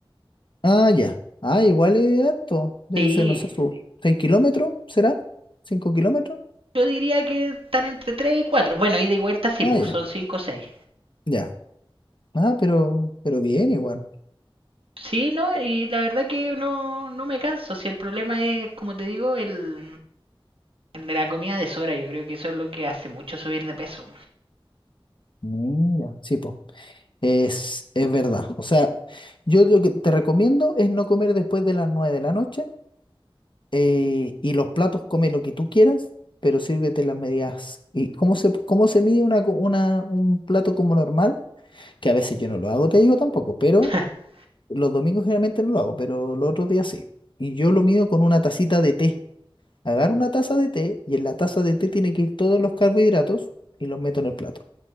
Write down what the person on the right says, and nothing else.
Sí,
yo diría que están entre tres y 4. Bueno, ida y vuelta sí,
pues
son 5 o 6.
Sí, ¿no? Y la verdad que no, no me canso. Si el problema es, como te digo, el, el de la comida de Sora. Yo creo que eso es lo que hace mucho subir de peso.
<laughs>